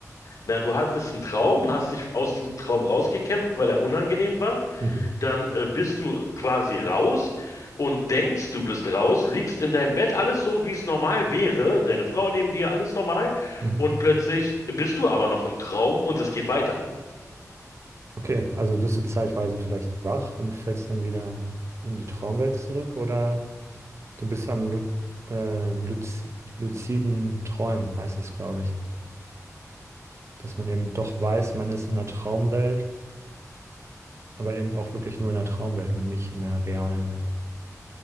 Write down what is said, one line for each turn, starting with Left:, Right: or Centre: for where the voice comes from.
Left: Na, du hattest einen Traum, hast dich aus diesem Traum rausgekämpft, weil er unangenehm war.
Right: Mhm.
Left: dann äh, bist du quasi raus und denkst, du bist raus, liegst in deinem Bett, alles so, wie es normal wäre, deine Frau neben dir, alles normal,
Right: Mhm.
Left: und plötzlich bist du aber noch im Traum und es geht weiter.
Right: Okay, also wirst du zeitweise vielleicht wach und fällst dann wieder in die Traumwelt zurück, oder du bist am lu äh, luzi- luziden Träumen, heißt es, glaube ich. Dass man eben doch weiß, man ist in der Traumwelt, aber eben auch wirklich nur in der Traumwelt und nicht in der realen Welt.